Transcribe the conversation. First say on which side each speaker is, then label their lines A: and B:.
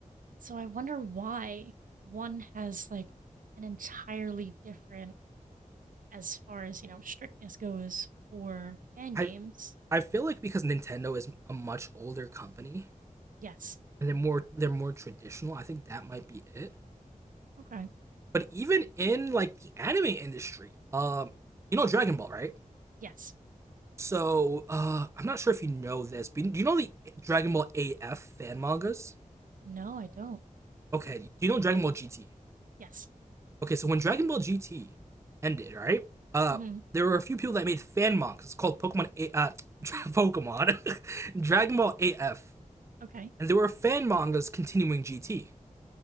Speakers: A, on the right (about 80°); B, on the right (about 20°).
A: so I wonder why one has like an entirely different as far as you know strictness goes for fan
B: I
A: games
B: I feel like because Nintendo is a much older company,
A: yes
B: and they're more they're more traditional. I think that might be it.
A: okay
B: But even in like the anime industry, um, you know Dragon Ball, right?
A: yes
B: So uh, I'm not sure if you know this, but do you know the Dragon Ball AF fan mangas?
A: no i don't
B: Okay, do you know Dragon Ball GT?
A: yes
B: Okay, so when Dragon Ball GT ended, right? Uh,
A: mm-hmm
B: there were a few people that made fan mangas called Pokemon A- uh, <laughs> Pokemon <laughs> Dragon Ball AF,
A: okay
B: and there were fan mangas continuing GT.